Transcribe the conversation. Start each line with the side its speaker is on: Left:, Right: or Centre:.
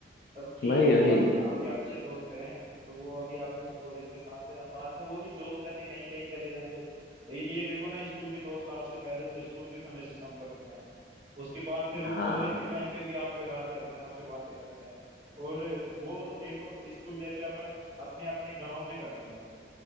Right: तब ठीक
Left: वही
Right: है वो
Left: वही
Right: आपके अच्छे दोस्त हैं तो वो अभी आप कॉलेज के साथ है अब बाद में वो भी जॉब करने कहीं कहीं चले जाएंगे लेकिन ये देखो ना स्कूल के दोस्त आपसे पहले तो स्कूल के समय से संपर्क में है उसके बाद फिर वो
Left: हाँ
Right: कॉलेज के टाइम पे भी आपको याद करते हैं आपसे बातें करते हैं और वो देखो स्कूल जैसे अपन अपने अपने गांव में करते हैं